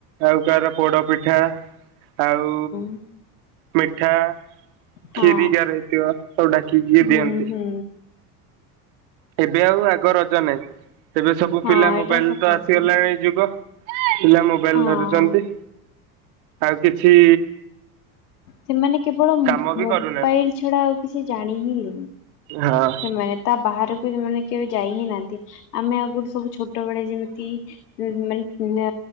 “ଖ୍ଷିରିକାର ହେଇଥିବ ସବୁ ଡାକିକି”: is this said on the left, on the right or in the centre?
Right